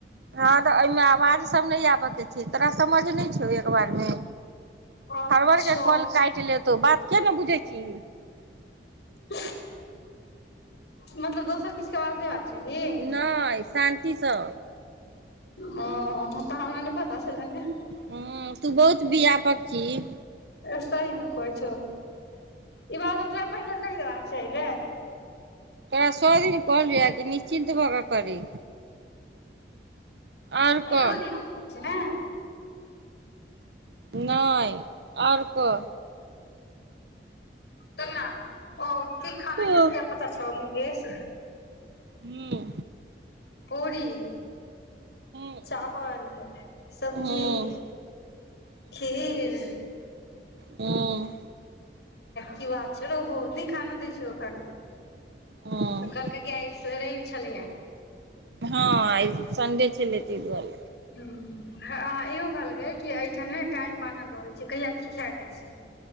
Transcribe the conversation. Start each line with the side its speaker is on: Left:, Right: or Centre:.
Right: हँ तऽ एहिमे आवाज सब नहि आब के छै तोरा समझ नहि छौ एक बारमे
Left: अच्छा
Right: खड़बर के कॉल काटि लेतौ बात के ने बुझै छी
Left: ज <inaudible> मतलब दोसर किछु के आवाज ने आ चाहि
Right: नहि शान्तिसँ
Left: ओ तऽ हमरा नहि पता छलनि
Right: हूं तू बहुत व्यापक छीहिं
Left: सही मे कहइ छौ ई बात तोरा पहिने कहि देबाका चाही नेे
Right: तोरा सौ दिन कहिलयो की निश्चिन्त भकऽ करी आओर कह
Left: यओ नियम होइ छै ने
Right: नहि आओर कह
Left: त ओ कि खाना
Right: हूँ
Left: खेलके पता छऔ मुगेस
Right: हूं
Left: पूरी
Right: हूँ
Left: चावल सब्जी
Right: हूँ
Left: खीर
Right: हूँ
Left: की बात छै बहुत ही खाना दै छै अखन
Right: हूँ
Left: तऽ कहलकै कि आइ रवि छलैहा
Right: हँ आइ संडे छले तहि दुआरे
Left: हॅं अहाँ इहो कहलकै कि एहिठाम नहि टाइम बानल रहैत छै कहिया की खाय के छै